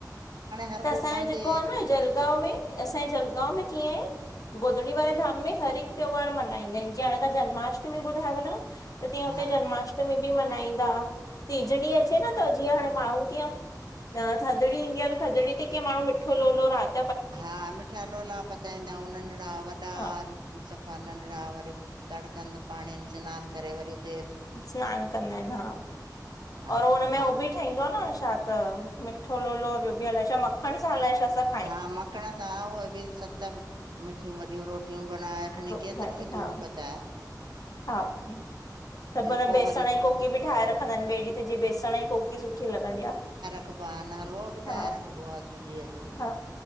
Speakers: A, on the right; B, on the left.
A: हर
B: त असांजो
A: को पंहिंजे
B: जेको आहे न जलगांव में असांजे जलगांव में कीअं आहे -- गोधड़ी वारेधाम में हर हीक त्योहार मल्हाईंदा आहिन जीअं हाणे तव्हां जन्माष्टमी ॿुधाययो न -- त तीअं
A: हा
B: हुते जन्माष्टमी बि मल्हाईंदा तीजड़ी अचे न त जीअं हाणे माण्हू कीअं -- न थधड़ी ईंदी आ त थधड़ी ते कीअं माणहू मिठो लोलो रात --
A: हा मिठा लोला पचाईंदा आहियूं नंढिड़ा वॾा
B: हा
A: -- सफ़ा नंढिड़ा वरी तड़कंद पाणी स्नान वरी उते --
B: स्नान कंदा आहिन हा
A: हा
B: और
A: हा
B: हुनमें
A: असां
B: होहो बि -- ठहंदो आहे न छा त मिठो लोलो ॿियो बि हलाए छा मखण सां हलाए छा- -
A: हा मखण सां उहे बि सत मिठियूं वॾियूं रोटियूं बनाए -- खणी
B: रोटी
A: केतिर
B: ठाहे
A: में
B: करे हा
A: तूं पत --
B: हा -- त
A: जेको
B: माना बेसण
A: वरी
B: जी कोकी बि ठाहे रखंदा आहिन ॿिए ॾींहं ते जीअं बेसण जी कोकी सुठी लॻंदी आ।
A: रखबो आहे न हलवो बि
B: हा
A: ठाहे रखबो आ सूजीअ जो।
B: हा